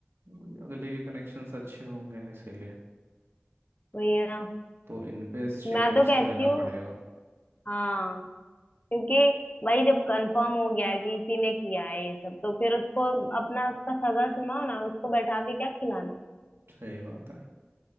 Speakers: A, on the right (about 80°); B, on the left (about 40°).
A: वही अगले के कनेक्शंस अच्छे होंगे इसीलिए
B: वही है ना
A: तो इन पे स्ट्रिक्ट
B: मैं
A: एक्शन
B: तो कहती
A: लेना
B: हूँ
A: पड़ेगा
B: हाँ क्योंकि भाई जब कंफर्म हो गया है कि इसी ने किया है ये सब तो फिर उसको अपना उसका सगा सुनाओ ना उसको बैठा के क्या खिलाना
A: सही बात है